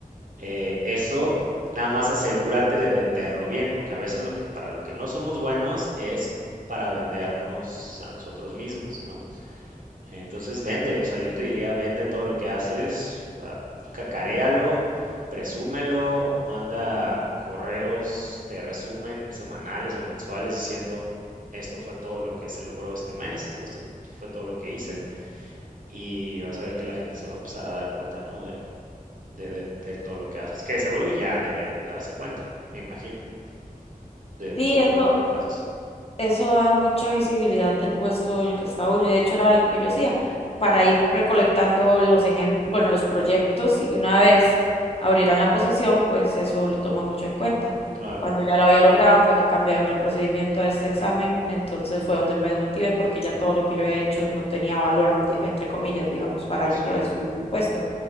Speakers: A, on the right; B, on the left.
A: eh, eso nada más asegúrate de venderlo bien, porque a veces lo que, para lo que no somos buenos es para vendernos a nosotros mismos, ¿no? Entonces vende, o sea, yo te diría, vende todo lo que haces, o sea, cacaréalo, presúmelo, manda correos de resumen semanales o mensuales diciendo, esto fue todo lo que se logró este mes, o esto fue todo lo que hice, y vas a ver que la gente se va a empezar a dar cuenta, ¿no? De, de, de- de todo lo que haces, que seguro ya deberían de darse cuenta, me imagino, de todo
B: Sí, eso,
A: lo bueno que haces.
B: Eso da mucha visibilidad del puesto en el que está uno, y de hecho era algo que yo hacía para ir recolectando los ejemplos, bueno, los proyectos, y que una vez abrieran la posición, pues eso lo toman mucho en cuenta.
A: Claro.
B: Cuando ya lo había logrado fue que cambiaron el procedimiento a este examen, entonces fue donde me desmotivé porque
A: Mm,
B: ya todo lo que yo había hecho no tenía valor, ti- entre comillas, digamos, para
A: sí.
B: yo poder subir de puesto.